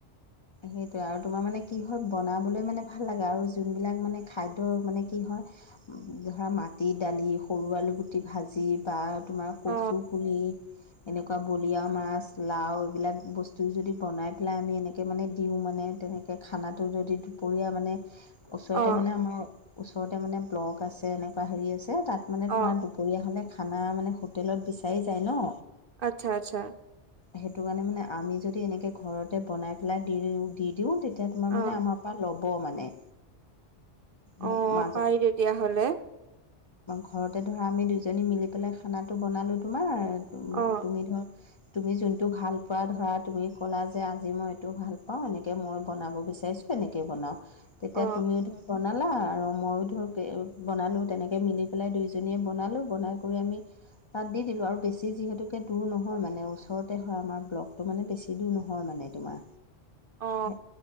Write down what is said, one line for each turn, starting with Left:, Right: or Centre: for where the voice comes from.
Left: সেইটোয়ে আৰু, তোমাৰ মানে কি হয় বনাবলৈ মানে ভাল লাগে আৰু যোন বিলাক মানে খাদ্য মানে কি হয়, ধৰা মাটি দালি সৰু আলুগুটি ভাজি বা তোমাৰ
Right: অ
Left: কচু পুলি এনেকুৱা বলিয়ৰা মাছ লাও এইবিলাক বস্তু যদি বনাই পেলাই আমি এনেকৈ মানে দিওঁ। মানে তেনেকৈ এই খানাটো যদি দুপৰীয়া মানে ওচৰতে
Right: অ
Left: মানে আমাৰ ওচৰতে মানে ব্লক আছে এনেকুৱা হেৰি আছে, তাত মানে
Right: অ
Left: তোমাৰ দূপৰীয়া হ'লে খানা মানে হোটেলত বিচাৰি যায় ন।
Right: আচ্ছা, আচ্ছা।
Left: সেইটো কাৰণে মানে আমি যদি এনেকে ঘৰতে বনাই পেলাই দি দিওঁ, তেতিয়া তোমাৰ
Right: অ
Left: মানে আমাৰ ল'ব মানে। মোক
Right: অ
Left: মাজত
Right: পাৰি তেতিয়াহ'লে
Left: ঘৰতে ধৰা আমি দুইজনী মিলি পেলাই খানাটো বনালোঁ তোমাৰ,
Right: অ
Left: তুমি ধৰ তুমি যোনটো ভাল পোৱা ধৰা তুমি ক'লা যে আজি মই এইটো ভাল পাওঁ এনেকৈ মই বনাব বিচাৰিছোঁ তেনেকে বনাওঁ। তেতিয়া
Right: অ
Left: তুমিও ধৰি বনা লা আৰু, ময়ো ধৰক এ বনালোঁ তেনেকৈ মিলি পেলাই দুইজনীয়ে বনালোঁ, বনাই কৰি আমি তাত দি দিলো আৰু, বেছি যিহেতুকে দূৰ নহয় মানে ওচৰতে হয় আমাৰ ব্লকটো। মানে বেছি দূৰ নহয় মানে তোমাৰ।
Right: অ
Left: হে